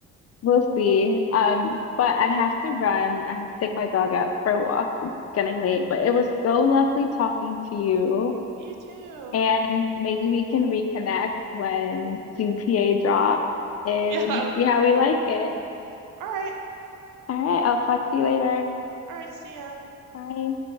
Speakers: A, on the left (about 50°); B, on the right (about 75°).
A: We'll see. Um, but I have to run. I have to take my dog out for walks. It's getting late, but it was so lovely talking to you.
B: You too.
A: And maybe we can reconnect when GTA drops and
B: Yeah, <laughs> that would
A: see
B: be
A: how
B: great.
A: we like it.
B: All right.
A: All right, I'll talk to you later.
B: All right, see ya.
A: Bye.